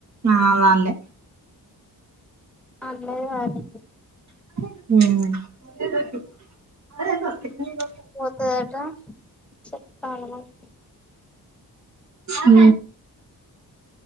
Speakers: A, on the right; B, in the centre.
A: ఆ వాళ్ళే
B: ఆళ్లదే <unintelligible>
A: ఊ
B: పోతదట చెప్పాలె మరి
A: ఊ